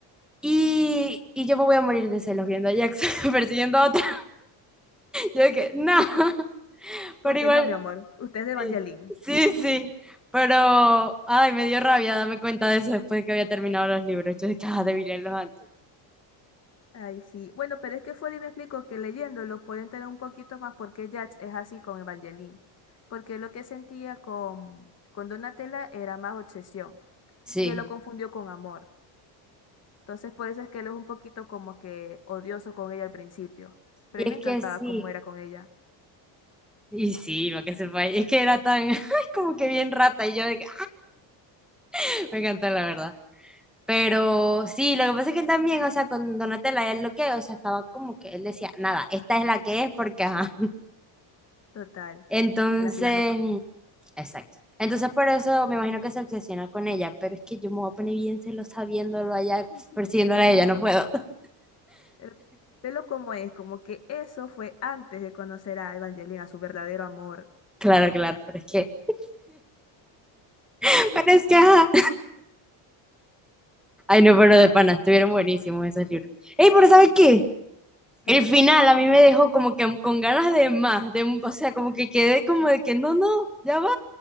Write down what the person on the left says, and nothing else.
<laughs>
Ujú.
Como
que
no, mi amor, usted es de Evangeline.
Ay, sí. Bueno, pero es que Foley me explicó que leyéndolo pueden tener un poquito más porque Jax es así con Evangeline. Porque lo que sentía con, con Donatella era más obsesión.
Y él lo confundió con amor. Entonces, por eso es que él es un poquito como que odioso con ella al principio. Pero
a mí
me encantaba
cómo era con ella.
Total.
Y a la final no fue.
<laughs>
El pelo como es, como que eso fue antes de conocer a Evangeline, a su verdadero amor.
<laughs>
Y
creo
Ujú.
Que